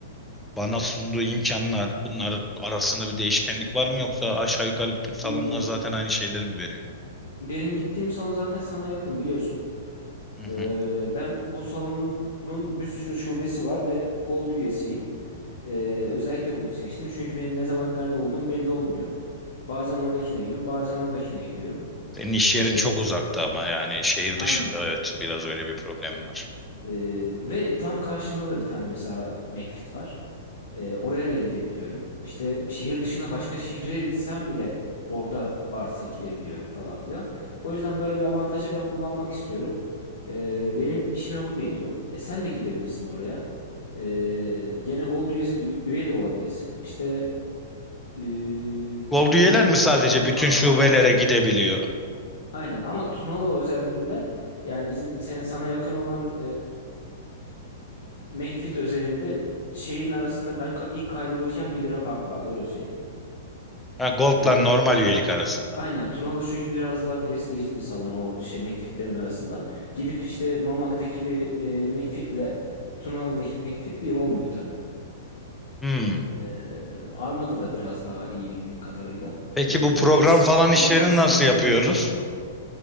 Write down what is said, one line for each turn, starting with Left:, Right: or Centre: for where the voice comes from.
Centre: bana sunduğu imkanlar bunlar arasında bir değişkenlik var mı yoksa aşağı yukarı bütün salonlar
Left: Şimdi
Centre: zaten aynı şeyleri mi veriyor?
Left: benim gittiğim salon zaten sana yakın biliyorsun.
Centre: Hı hı.
Left: Ee, ben bu salonun bir sürü şubesi var ve Gold üyesiyim. Ee, özellikle bunu seçtim çünkü benim ne zaman nerede olduğum belli olmuyor. Bazen oradakine gidiyorum, bazen oradakine gidiyorum.
Centre: Senin iş
Left: Ee,
Centre: yerin çok uzakta ama yani şehir
Left: aynen.
Centre: dışında evet biraz öyle bir problemim var.
Left: Ee, ve tam karşımda da bir tane mesela McFit var. Ee, oraya da gidebiliyorum. İşte şehir dışına başka şehre gitsem bile orada varsa gidebiliyorum falan filan. O yüzden böyle bir avantajı ben kullanmak istiyorum. Ee, benim işime bu geliyor. E, sen de gidebilirsin oraya. Ee, gene Gold üyesi, üye de olabilirsin. İşte e,
Centre: Gold üyeler
Left: Gold
Centre: mi sadece
Left: bazı
Centre: bütün
Left: bazı
Centre: şubelere
Left: avantajları
Centre: gidebiliyor?
Left: var. Aynen ama Tunalı özelliğinde yani bizim sen- sana yakın olan McFit özelinde şeyin arasında ben ka- ilk kaydolurken bir lira fark vardı öyle söyleyeyim.
Centre: Ha, Gold'la
Left: Yani
Centre: normal üyelik arasında.
Left: aynen Tunalı çünkü biraz daha prestijli bir salon o şey McFit'lerin arasında. Gidip işte Mamak'taki bir e, McFit'le Tunalı'daki McFit bir olmuyor tabii.
Centre: Hmm.
Left: Ee, Armada da biraz daha iyi bildiğim kadarıyla.
Centre: Peki
Left: Ee,
Centre: bu program
Left: ve s-
Centre: falan işlerini
Left: salonun standartları
Centre: nasıl yapıyoruz?
Left: falan var.